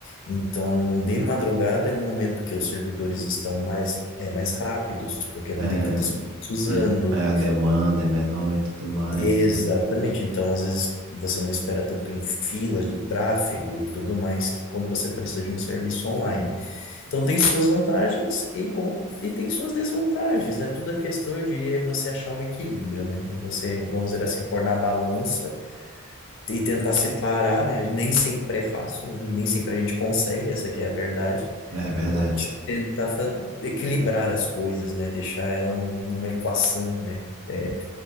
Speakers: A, on the left; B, on the right.
A: então de madrugada é um momento que os servidores estão mais, é, mais rápidos, porque não
B: É,
A: tem tantas pessoas
B: é,
A: usando.
B: é a demanda é menor e tudo mais,
A: Exatamente.
B: né?
A: Então, às vezes você não espera tanto em filas de tráfego e tudo mais que quando você precisa de um serviço online. Então tem suas vantagens e, como, e tem suas desvantagens, né? Tudo a questão, eu diria, é você achar um equilíbrio, né? É você, vamos dizer assim, pôr na balança e tentar separar, né? Nem sempre é fácil, né? E nem sempre a gente consegue, essa que é a verdade,
B: É verdade.
A: mas tentar fa- equilibrar as coisas, né? Deixar ela num- numa equação, né? É,